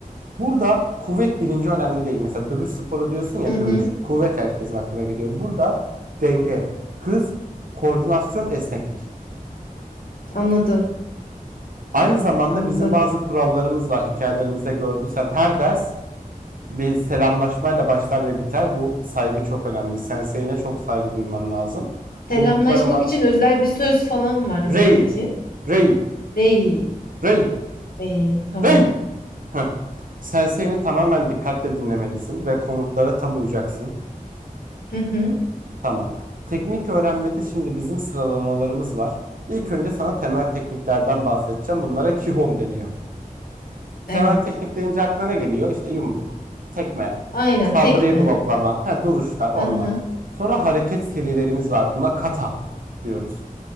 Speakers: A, on the right; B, on the left.
A: Burada kuvvet bilinci önemli değil. Mesela dövüş sporu diyorsun ya
B: Hı hı.
A: dövüş. Kuvvet herkesin aklına geliyor. Burada denge, hız, koordinasyon, esneklik.
B: Anladım.
A: Aynı zamanda
B: Anladım.
A: bizim bazı kurallarımız var. Hikayelerimizde gördüysen her ders bir selamlaşmayla başlar ve biter. Bu saygı çok önemli. Sensei'ne çok saygı duyman lazım.
B: Selamlaşmak
A: Komutlarıma
B: için özel bir söz falan var mı
A: Rey,
B: peki?
A: Rey,
B: Değil.
A: Rey,
B: İyi. Tamam.
A: Rey. Heh. Sensei'ni tamamen dikkatle dinlemelisin ve komutlara tam uyacaksın.
B: Hı hı.
A: Tamam. Teknik öğrenmede şimdi bizim sıralamalarımız var. İlk önce sana temel tekniklerden bahsedeceğim. Bunlara Kihon deniyor.
B: Evet.
A: Temel teknik deyince aklına ne geliyor? İşte yumruk, tekme,
B: Aynen
A: saldırıyı
B: tek mi?
A: bloklama, ha, duruşlar onlar.
B: Hı hı.
A: Sonra hareket serilerimiz var. Buna kata diyoruz.